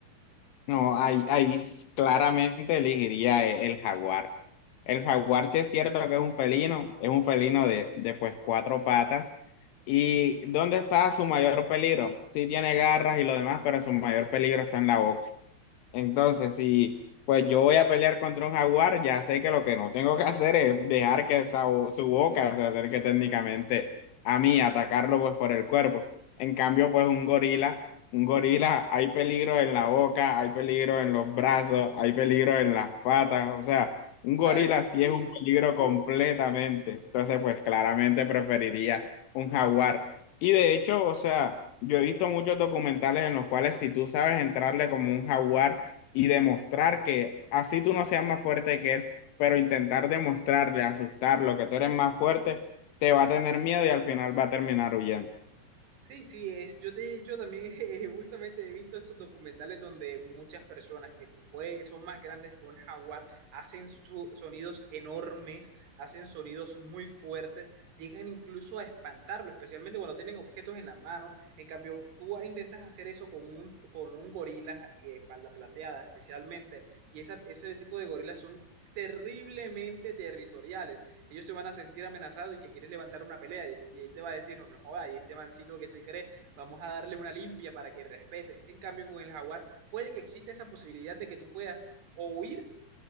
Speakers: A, on the left; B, on the right.
A: No, ahí, ahí s- claramente elegiría e- el jaguar. El jaguar sí es cierto que es un felino, es un felino de, de pues cuatro patas. ¿Y dónde está su mayor peligro? Sí tiene garras y lo demás, pero su mayor peligro está en la boca. Entonces, si pues yo voy a pelear contra un jaguar, ya sé que lo que no tengo que hacer es dejar que esa bo- su boca se acerque técnicamente a mí, atacarlo pues por el cuerpo. En cambio, pues un gorila, un gorila, hay peligro en la boca, hay peligro en los brazos, hay peligro en las patas, o sea, un
B: O
A: gorila
B: sea,
A: sí
B: eh,
A: es un peligro completamente. Entonces, pues claramente preferiría un jaguar. Y de hecho, o sea, yo he visto muchos documentales en los cuales si tú sabes entrarle como un jaguar, y demostrar que así tú no seas más fuerte que él, pero intentar demostrarle, asustarlo, que tú eres más fuerte, te va a tener miedo y al final va a terminar huyendo.
B: Sí, sí, es, yo de hecho también <laughs> eh, justamente he visto esos documentales donde muchas personas que pues, son más grandes que un jaguar hacen su- sonidos enormes, hacen sonidos muy fuertes, llegan incluso a espantarlo, especialmente cuando tienen objetos en la mano. En cambio, tú intentas hacer eso con un, con un gorila, eh, espalda plateada especialmente, y esa- ese tipo de gorilas son terriblemente territoriales ellos se van a sentir amenazados y que quieres levantar una pelea y, y él te va a decir, no, no joda, y este mancito que se cree, vamos a darle una limpia para que respete. En cambio, con el jaguar puede que exista esa posibilidad de que tú puedas o huir